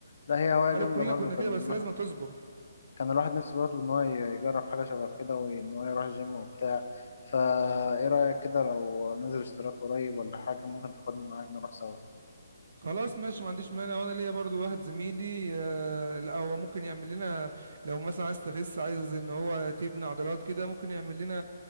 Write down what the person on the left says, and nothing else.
لا هي هواية
جامدة
برضه
كان
الواحد
كان الواحد نفسه برضه إن هو ي- يجرب حاجة شبه كده وإن هو يروح جيم وبتاع فا إيه رأيك كده لو نزل اشتراك قريب ولا حاجة ممكن تاخدني معاك نروح سوا